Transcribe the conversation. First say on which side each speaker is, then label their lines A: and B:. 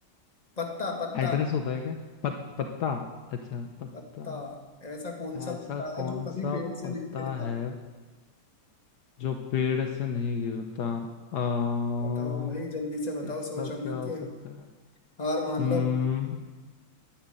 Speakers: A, on the left; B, on the left.
A: पत्ता पत्ता
B: एड्रेस होता है क्या पत, पत्ता अच्छा पत्ता
A: पत्ता ऐसा कौन सा
B: ऐसा
A: पत्ता
B: कौन
A: है जो कभी
B: सा
A: पेड़ से
B: पत्ता
A: नहीं गिरता
B: है जो पेड़ से नहीं गिरता आ,
A: बताओ भाई जल्दी से बताओ
B: इसका
A: सोचो
B: क्या
A: मत
B: हो
A: के
B: सकता है
A: हार मान
B: हम्म
A: लो